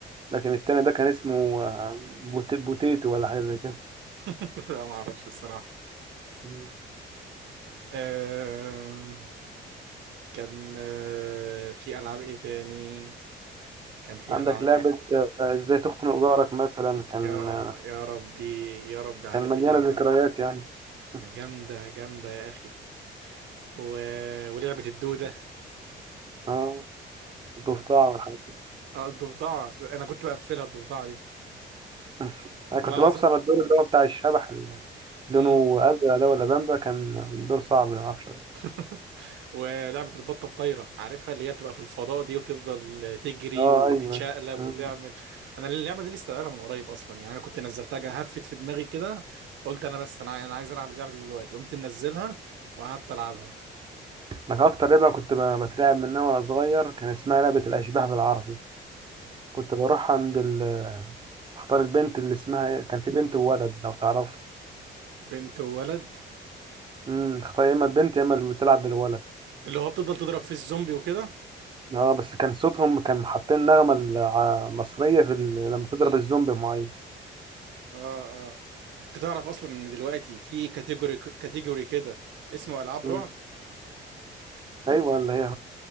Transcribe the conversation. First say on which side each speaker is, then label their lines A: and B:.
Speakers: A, on the right; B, on the right.
A: لكن التاني ده كان اسمه آه، بوت- بوتيتو ولا حاجة زي كده
B: <laughs> لا ما اعرفش الصراحة
A: مم.
B: آه... كان آه، في ألعاب إيه تاني كان في
A: عندك
B: ألعاب
A: لعبة
B: إيه
A: آه، إزاي تخنق جارك مثلا كان
B: يا
A: آه،
B: يا ربي يا ربي على
A: كان
B: دي
A: مليانة
B: لعبة
A: ذكريات يعني <laughs>
B: جامدة جامدة يا أخي و... ولعبة الدودة
A: اه الضفدع والحاجات دي.
B: اه الضفدعة أنا كنت بقفلها الضفدعة دي
A: <laughs> انا
B: والله
A: كنت
B: العظيم
A: بفصل الدور اللي هو بتاع الشبح اللي لونه
B: مم.
A: ازرق ده ولا بامبا كان دور صعب ما اعرفش
B: <laughs> ولعبة البطة الطايرة عارفها اللي هي بتبقى في الفضاء دي وتفضل تجري
A: اه
B: وتتشقلب
A: ايوه أيوه.
B: وتعمل انا اللعبة دي لسه لعبها من قريب اصلا يعني انا كنت نزلتها جا- هفت في دماغي كده قلت انا بس انا انا عايز العب اللعبة دي دلوقتي قمت منزلها وقعدت العبها
A: انا اكتر لعبه كنت ب- بترعب منها وانا صغير كان اسمها لعبه الاشباح بالعربي كنت بروح عند ال... اختار البنت اللي اسمها إيه، كان في بنت وولد لو تعرف
B: بنت وولد
A: امم اختار يا اما البنت يا اما اللي بتلعب بالولد
B: اللي هو بتفضل تضرب في الزومبي وكده
A: اه بس كان صوتهم كان حاطين نغمه الع- مصريه في ال... لما تضرب الزومبي معين
B: اه اه انت تعرف اصلا ان دلوقتي في كاتيجوري كاتيجوري كده اسمه العاب
A: امم
B: رعب
A: ايوه اللي هي